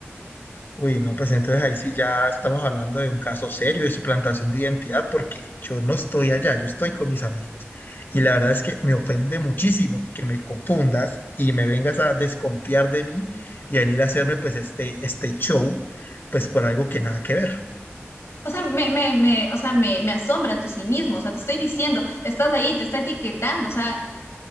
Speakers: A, on the left (about 50°); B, on the left (about 80°).
A: Uy, no, pues entonces ahí sí ya estamos hablando de un caso serio de suplantación de identidad, porque yo no estoy allá, yo estoy con mis amigos. Y la verdad es que me ofende muchísimo que me confundas y me vengas a desconfiar de mí y venir a hacerme pues este, este show, pues por algo que nada que ver.
B: O sea, me, me, me, o sea, me, me asombra tu cinismo. O sea, te estoy diciendo, estás ahí, te está etiquetando. O sea,